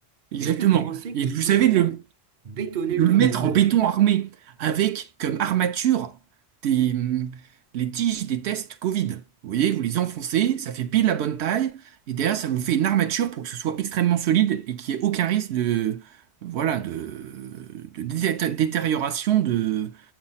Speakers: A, on the right; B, on the right.
A: Exactement.
B: Est-ce que vous pensez
A: Et
B: que je
A: vous
B: peux
A: savez,
B: me faire
A: de le-
B: bétonner
A: de
B: le trou
A: le mettre
B: de balle?
A: en béton armé avec comme armature des, hum, les tiges des tests Covid. Vous voyez, vous les enfoncez, ça fait pile la bonne taille, et derrière, ça vous fait une armature pour que ce soit extrêmement solide et qu'il n'y ait aucun risque de, voilà, de, de dété- détérioration de,